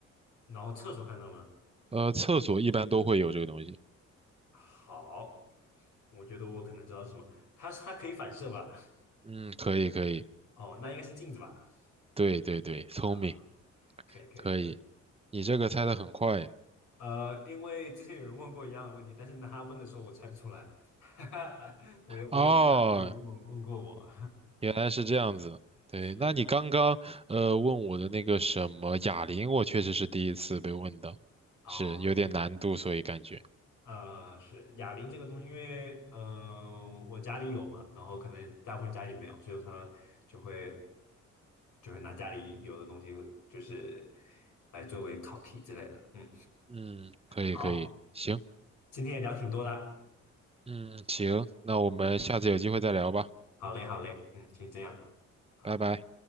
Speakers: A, on the left; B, on the right.
A: 然后厕所看得到吗？
B: 呃，厕所一般都会有这个东西。
A: 好，我觉得我可能知道是什么。它它可以反射吧？
B: 嗯，可以，可以，
A: 哦，那应该是镜子吧？
B: 对对对，聪明，
A: 好，可以可以可以。
B: 可以，你这个猜的很快
A: 呃，因为之前有人问过一样的问题，但是呢他问的时候我猜不出来。<laughs> 我有我有其他朋友问我问过我，
B: 哦，原来是这样子，
A: <laughs>
B: 对，
A: 是
B: 那你刚刚呃问我的那个什么哑铃，我确实是第一次被问到，
A: 哦，
B: 是有点难度，所以感觉
A: 呃，是哑铃这个东西，因为嗯、呃我家里有嘛，然后可能大部分家里没有，所以他就会就会拿家里有的东西，就是来作为考题之类的。嗯，
B: 嗯，可以可以，
A: 好，
B: 行，
A: 今天也聊挺多的啊，
B: 嗯行，那我们下次有机会再聊吧，
A: 好嘞，好嘞，嗯，先这样，好，
B: 拜拜。